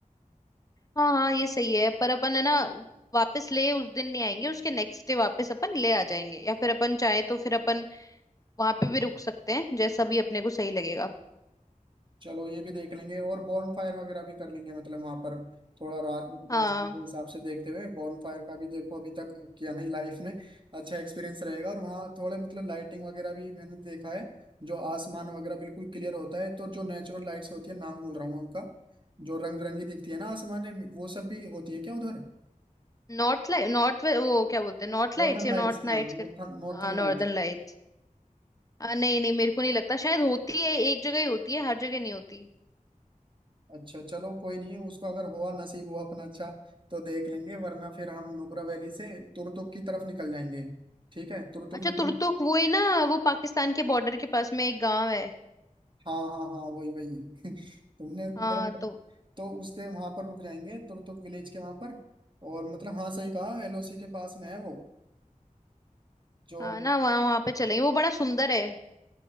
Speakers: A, on the left; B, on the right.
A: हाँ हाँ ये सही है पर अपन है ना वापस ले उस दिन नहीं आएंगे उसके नेक्स्ट डे वापस अपन ले आ जाएंगे या फिर अपन चाहे तो फिर अपन वहां पे भी रुक सकते हैं जैसा भी अपने को सही लगेगा
B: चलो ये भी देख लेंगे और बॉन फायर वगैरह भी कर लेंगे मतलब वहां पर थोड़ा रात
A: हाँ
B: मौसम के हिसाब से देखते हुए बॉन फायर का भी देखो अभी तक किया नहीं लाइफ में अच्छा एक्सपीरियंस रहेगा और वहाँ थोड़े मतलब लाइटिंग वगैरह भी मैंने देखा है जो आसमान वगैरह बिल्कुल क्लियर होता है तो जो नेचुरल लाइट्स होती है नाम बोल रहा हूँ मैं उनका जो रंग बिरंगी दिखती है ना आसमान में वो सब भी होती है क्या उधर
A: नॉर्थ लाइट नॉर्थ वो क्या बोलते हैं नॉर्थ लाइट्स
B: नॉर्थन
A: या
B: लाइट्स
A: नॉर्थ
B: हाँ
A: नाइट्स
B: नॉर्थन
A: करके
B: नॉर्थन
A: हाँ नॉर्दर्न
B: लाइट्स
A: लाइट्स आ, नहीं नहीं मेरे को नहीं लगता शायद होती है एक जगह ही होती है हर जगह नहीं होती
B: अच्छा चलो कोई नहीं उसको अगर हुआ नसीब हुआ अपना अच्छा तो देख लेंगे वरना फिर हम नुब्रा वैली से तुरतुक की तरफ निकल जाएंगे ठीक है तुरतुक
A: अच्छा
B: मतलब
A: तुरतुक वो ही ना वो पाकिस्तान के बॉर्डर के पास में एक गांव है
B: हाँ हाँ हाँ वही वही <laughs> तुमने मतलब
A: हाँ तो
B: तो उसके वहां पर रुक जाएंगे तुरतुक विलेज के वहां पर और मतलब हाँ सही कहा एलओसी के पास में है वो जो
A: हाँ ना वहाँ वहाँ पे चलेंगे वो बड़ा सुंदर है